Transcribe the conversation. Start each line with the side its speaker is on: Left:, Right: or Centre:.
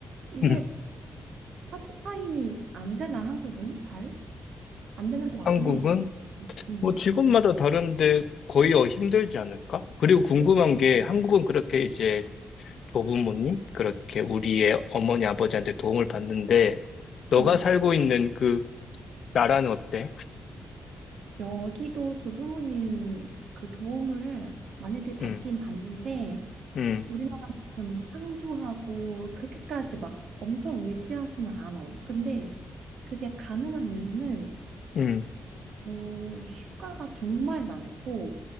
Right: 이게
Left: 음.
Right: 파트타임이 안 되나 한국은 잘 안 되는 것 같긴
Left: 한국은
Right: 해 그치 음
Left: 뭐 직업마다 다른데 거의 어, 힘들지 않을까? 그리고 궁금한
Right: 그치?
Left: 게 한국은 그렇게 이제 조부모님? 그렇게 우리의 어머니, 아버지한테 도움을 받는데, 너가
Right: 음,
Left: 살고 있는 그 나라는 어때?
Right: 여기도 조부모님 그 도움을 많이들 받긴
Left: 음,
Right: 받는데
Left: 음,
Right: 우리나라만큼 상주하고 그렇게까지 막 엄청 의지하지는 않아. 근데 그게 가능한 이유는
Left: 음,
Right: 오, 휴가가 정말 많고,